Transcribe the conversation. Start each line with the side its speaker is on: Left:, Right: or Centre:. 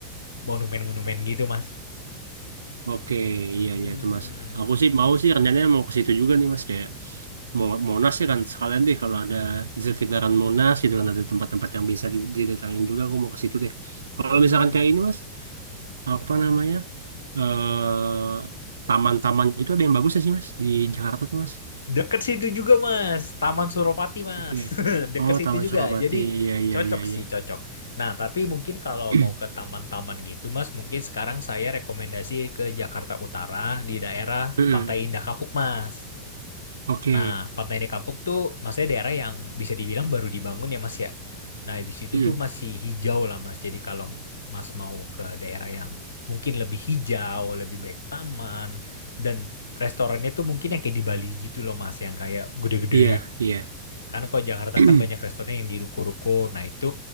Left: monumen-monumen gitu Mas.
Right: oke,
Left: Mm-mm.
Right: iya, iya itu Mas. Aku sih mau sih rencananya mau ke situ juga nih Mas kayak mau Monas ya kan sekalian deh kalau ada di sekitaran Monas gitu kan ada tempat-tempat yang bisa didatangin juga aku mau ke situ deh. Kalau
Left: Mm-mm.
Right: misalkan kayak ini Mas, apa namanya? eh, taman-taman gitu ada yang bagus ya sih Mas di Jakarta tuh Mas?
Left: Deket situ juga Mas, Taman Suropati Mas.
Right: Oke.
Left: <laughs> Deket
Right: Oh,
Left: situ
Right: Taman
Left: juga.
Right: Surabati.
Left: Jadi
Right: Iya, iya,
Left: cocok
Right: iya, iya.
Left: sih, cocok. Nah, tapi mungkin kalau
Right: <clears throat>
Left: mau ke taman-taman gitu Mas, mungkin sekarang saya rekomendasi ke Jakarta Utara di daerah
Right: Mm-mm.
Left: Pantai Indah Kapuk Mas.
Right: Oke.
Left: Nah, Pantai Kapuk tuh maksudnya daerah yang bisa dibilang baru dibangun ya Mas ya. Nah, di situ
Right: Mm.
Left: tuh masih hijau lah Mas. Jadi kalau Mas mau ke daerah yang mungkin lebih hijau, lebih baik taman dan restorannya tuh mungkin yang kayak di Bali gitu loh Mas, yang kayak gede-gede.
Right: Iya, iya.
Left: Karena kalau Jakarta
Right: <clears throat>
Left: kan banyak restoran yang di ruko-ruko. Nah, itu